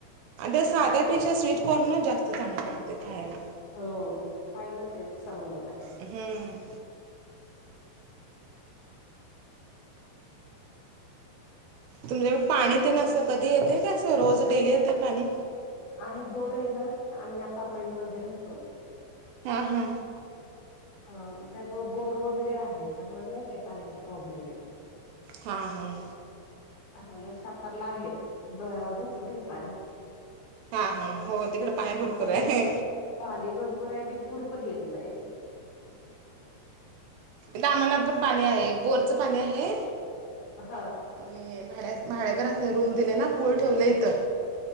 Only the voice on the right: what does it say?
आ साध्यापेक्षा स्वीट कॉर्न जास्त चांगलाते खायला
हम्म तुमच्याकडे पाणी दे नस कधी येते का अस रोज डेली येते पाणी
हा हा
हां हां
हा हा हो तिकडे पाणी
भरपूर आहे
कामना पण पाणी आहे बोरचं पाणी आहे
आणि भाड्याभाड्याकराना अस रूम दिले ना पळ ठेवलं इथं